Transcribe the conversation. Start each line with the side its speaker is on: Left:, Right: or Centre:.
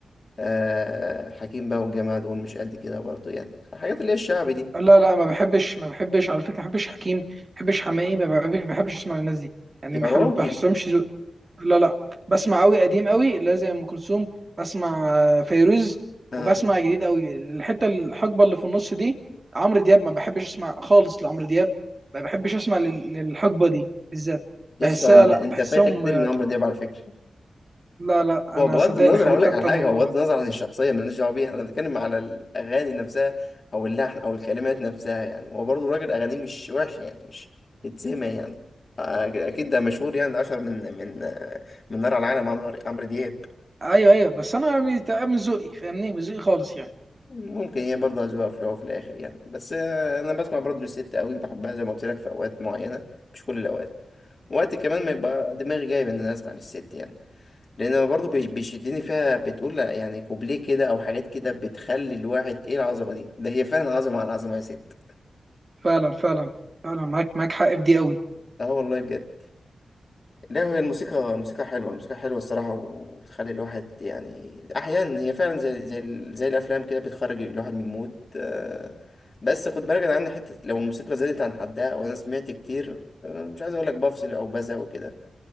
Left: آه حكيم بقى والجماعه دول مش قد كده برضه يعني الحاجات اللي هي الشعبي دي
Right: لا لا ما بحبش ما بحبش على فكره ما بحبش حكيم ما بحبش حماقي ما بحبش ما بحبش اسمع الناس دي يعني
Left: يا
Right: ما بحب
Left: راجل
Right: ما بحسهمش ذوق لا لا بسمع قوي قديم قوي اللي هي زي ام كلثوم بسمع آه، فيروز
Left: اه
Right: وبسمع جديد قوي الحته الحقبه اللي في النص دي عمرو دياب ما بحبش اسمع خالص لعمرو دياب ما بحبش اسمع لل- للحقبه دي بالذات بحسها
Left: يسطا انت
Right: لا
Left: انت
Right: بحسهم
Left: فايتك كتير
Right: آه،
Left: من عمرو دياب على فكره
Right: لا لا
Left: هو
Right: انا
Left: بغض
Right: صدقني
Left: النظر
Right: حاولت
Left: هقول لك
Right: اكتر
Left: على حاجه
Right: من
Left: هو
Right: مره
Left: بغض النظر عن الشخصيه مالناش دعوه بيها انا بتكلم على الاغاني نفسها او اللحن او الكلمات نفسها يعني هو برضو الراجل اغانيه مش وحش يعني مش تتسمع يعني أك- اكيد ده مشهور يعني ده اشهر من من من نار على العالم عمرو عمرو دياب
Right: ايوه ايوه بس انا مش مش ذوقي فاهمني مش ذوقي خالص يعني
Left: ممكن هي برضه أذواق في الأول وفي الآخر يعني بس آه، أنا بسمع برضه للست أوي بحبها زي ما قلت لك في أوقات معينة مش كل الأوقات وقت كمان ما يبقى دماغي جايب إن أنا أسمع للست يعني لان أنا برضو بيش- بيشدني فيها بتقول لأ، يعني كوبليه كده او حاجات كده بتخلي الواحد ايه العظمه دي ده هي فعلا عظمه على عظمه يا ست
Right: فعلا فعلا فعلا معاك معاك حق في دي قوي
Left: اه والله بجد لا هي الموسيقى الموسيقى حلوه الموسيقى حلوه الصراحه وبتخلي الواحد يعني احيانا هي فعلا زي زي ال- زي الافلام كده بتخرج الواحد من المود آه، بس خد بالك انا عندي حته لو الموسيقى زادت عن حدها او انا سمعت كتير آه، مش عايز اقول لك بفصل او بزهق وكده